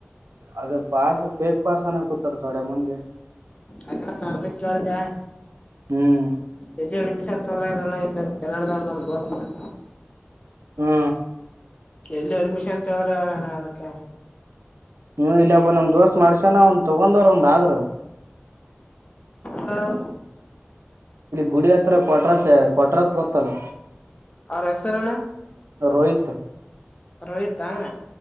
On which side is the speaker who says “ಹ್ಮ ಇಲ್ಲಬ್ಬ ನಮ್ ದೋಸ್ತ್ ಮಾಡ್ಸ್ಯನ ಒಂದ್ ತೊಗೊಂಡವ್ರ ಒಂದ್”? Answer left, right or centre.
Right